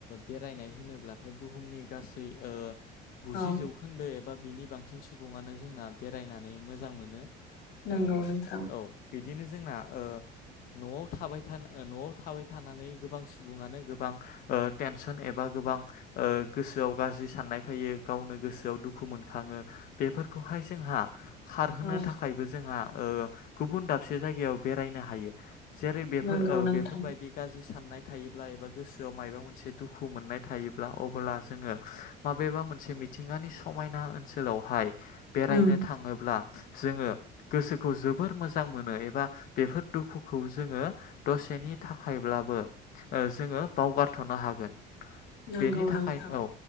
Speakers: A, on the left; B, on the left.
A: बेरायनाय होनोब्लाथाय बुहुमनि गासै गुजि
B: औ
A: जौखोन्दो एबा बिनि बांसिन सुबुङानो जोंना बेरायनानै मोजां मोनो। ओ
B: नंगौ नोंथां।
A: औ बिदिनो जोंना ओ न'आव थाबाय न'आव थाबाय थानानै गोबां सुबुङानो गोबां टेनसन एबा गोबां गोसोआव गाज्रि साननाय फैयो गावनो गोसोआव दुखु मोनखाङो बेफोरखौहा यै जोंहा खारहोनो
B: औ
A: थाखायबो जोंहा गुबुन दाबसे जायगायाव बेरायनो हायो। जेरै बेफोर
B: नंगौ नोंथां
A: बेफोरबायदि गाज्रि साननाय। थायोब्ला एबा गोसोआव मायबा मोनसे दुखु मोननाय थायोब्ला अबोला जोङो माबेबा मोनसे मिथिंगानि समायना ओनसोलावहाय बेरायनो
B: उम
A: थाङोब्ला जोङो गोसोखौ जोबोर मोजां मो नो एबा बेफोर दुखुखौ जोङो दसेनि थाखायब्लाबो जोङो बाव गारथ'नो हागोन।
B: नंगौ
A: बेनि थाखाय
B: नोंथां
A: औ